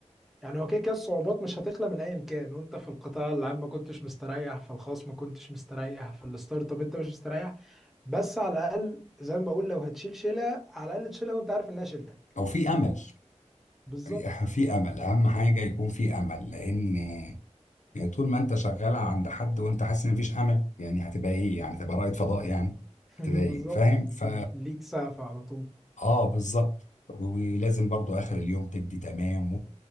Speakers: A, in the centre; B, on the left.
A: يعني هو كده كده الصعوبات مش هتخلى من أيا كان وأنت في القطاع العام ما كنتش مستريح في الخاص ما كنتش مستريح في الستارت اب أنت مش مستريح بس على الأقل زي ما بقول لو هتشيل شيلة على الأقل تشيلها وأنت عارف إنها شيلتك
B: أو في أمل
A: بالظبط
B: <laughs> في أمل أهم حاجة يكون في أمل لأن يعني طول ما انت شغال عند حد وانت حاسس ان مفيش امل يعني هتبقى ايه يعني هتبقى رائد فضاء يعني
A: <laughs>
B: هتبقى
A: بالظبط
B: ايه فاهم ف
A: ليك سقف على طول
B: اه بالظبط ولازم برضو اخر اليوم تدي تمام